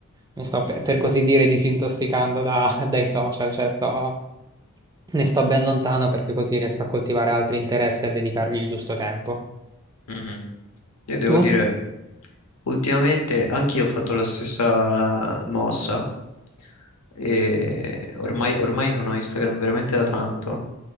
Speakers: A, on the right (about 15°); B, on the left (about 80°).
A: mi sto per, per così dire disintossicando da- <laughs> dai social, cioè sto, ne sto ben lontano perché così riesco a coltivare altri interessi e a dedicargli il giusto tempo.
B: Mhm. Io devo
A: Tu?
B: dire, ultimamente anch'io ho fatto la stessa mossa e ormai, ormai non ho Instagram veramente da tanto,